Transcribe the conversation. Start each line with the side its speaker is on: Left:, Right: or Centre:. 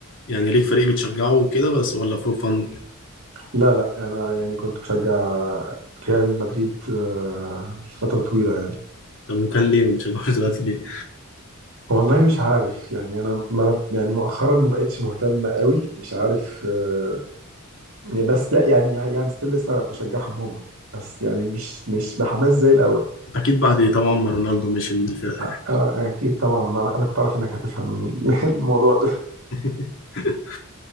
Left: يعني ليك فريق بتشجعه وكده بس ولا فور فان
Right: لا لا انا يعني كنت بشجع ريال مدريد آه، لفتره طويله يعني.
Left: طب وكان ليه ما بتشجعوش دلوقتي ليه؟
Right: والله مش عارف يعني انا ما يعني مؤخرا ما بقتش مهتم قوي مش عارف آه، يعني بس لا يعني يعني ستيل لسه بشجعهم هم بس يعني مش مش بحماس زي الاول
Left: اكيد بعد طبعا ما رونالدو مشي من الفرقة يعني
Right: آه، آه، اكيد طبعا انا أنا كنت عارف انك هتفهم <laughs> الموضوع ده
Left: <laughs>